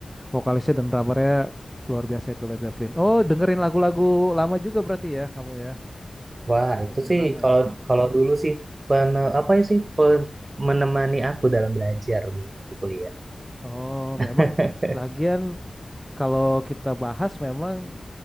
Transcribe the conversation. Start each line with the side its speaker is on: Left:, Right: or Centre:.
Centre: vokalisnya dan drummernya luar biasa itu Led Zeppelin. Oh, dengerin lagu-lagu lama juga berarti ya kamu ya.
Right: Wah, itu
Centre: Band-band
Right: sih
Centre: lama
Right: kalau kalau dulu sih pene, apa ya sih pe- menemani aku dalam belajar dulu waktu kuliah.
Centre: Oh, memang
Right: <laughs>
Centre: lagian kalau kita bahas memang